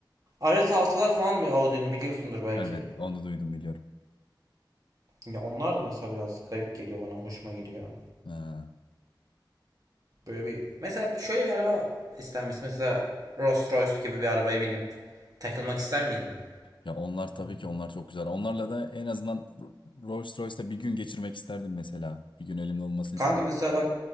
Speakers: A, on the right (about 45°); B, on the left (about 75°).
A: rs altılar falan bir Audi'nin biliyorsundur belki.
B: Evet, onu duydum biliyorum.
A: Ya onlar da mesela biraz garip geliyor bana. Hoşuma gidiyor.
B: Ha.
A: Böyle bir mesela şöyle bir araba istenmesi. Mesela Rolls Royce gibi bir arabaya binip takılmak ister miydin?
B: Ya onlar tabii ki onlar çok güzel. Onlarla da en azından Rolls Royce'da bir gün geçirmek isterdim mesela. Bir gün elimde olmasını
A: Kanka
B: isterdim.
A: mesela bak